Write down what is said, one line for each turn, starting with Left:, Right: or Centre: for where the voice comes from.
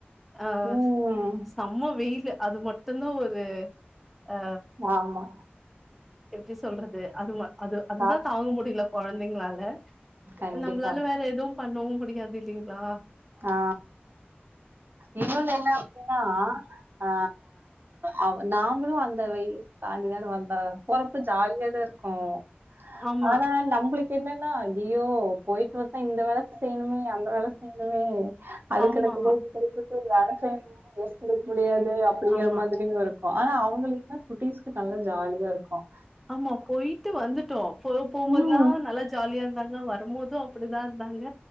Centre: ஆ
Right: ம்.
Centre: செம்ம வெயிலு அது மட்டுந்தா ஒரு ஆ
Right: ஆமா.
Centre: எப்டி சொல்றது அது ம அது அதுதா
Right: தாக்கம்
Centre: தாங்க முடியல கொழந்தைங்களால
Right: கண்டிப்பா.
Centre: நம்மளால வேற எதுவும் பண்ணவும் முடியாது இல்லைங்களா
Right: ஆ இன்னொன்னு என்ன அப்டின்னா ஆ அவ நாமளும் அந்த வய தாண்டிதான வந்தோ பொறப்ப ஜாலிய தா இரு க்கும்
Centre: ஆமா
Right: ஆனா நம்மளுக் என்னன்னா ஐயயோ போயிட்டு வத்தா இந்த வேல செய்யணுமே அந்த வேல செய்யணுமே அது
Centre: ஆமா
Right: கெடக்குது இது கெடக்குது வேல செய்ய முடியாது அப்டிங்கிற
Centre: ஆமா
Right: மாதிரியும் இருக்கும் ஆனா அவங்களுக்குல்லாம் குட்டிஸ்க்கு நல்லா ஜாலியா இருக்கும்
Centre: ஆமா போயிட்டு வந்துட்டோ போ போம்போதல்லா
Right: ம்.
Centre: நல்லா ஜா ஜாலியா இருந்தாங்க வரும்போதும் அப்டிதா இருந்தாங்க